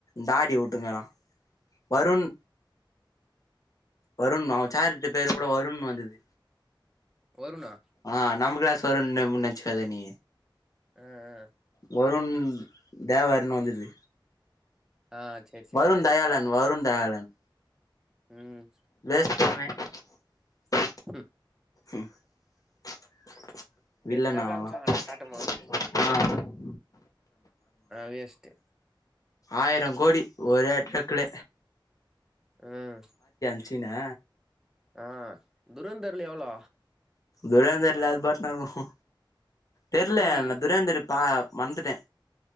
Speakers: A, on the left (about 40°); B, in the centre.
A: தாடி வுட்டுங்காரா வருண் வருண் அவ சாரிட்ட பேரு கூட வருண்னு வந்துது
B: வருணா
A: ஆ நம்ம கிளாஸ் வருண் நெனச்சுக்காத நீ
B: ம் ம்
A: வருண் தேவர்னு வந்துது
B: ஆ ஆ சேரி சேரி
A: வருண் தயாலன் வருண் தயாலன்
B: ம்
A: வேஸ்ட் <inaudible>
B: ம்
A: வில்லனா அவனெல்லா
B: கெத்தா காமிச்சாங்க ஆனா
A: ஆ
B: காட்டும்போது வேஷ்டு
A: ஆயிரம் கோடி ஒரே டிரக்குல
B: ம்
A: சீனா
B: ஆ துரந்தர்ல எவ்ளோ
A: துரேந்திரல அது பாட்டின இருக்கு தெரியல
B: கோடி
A: துரேந்திரி பா வந்துட்டே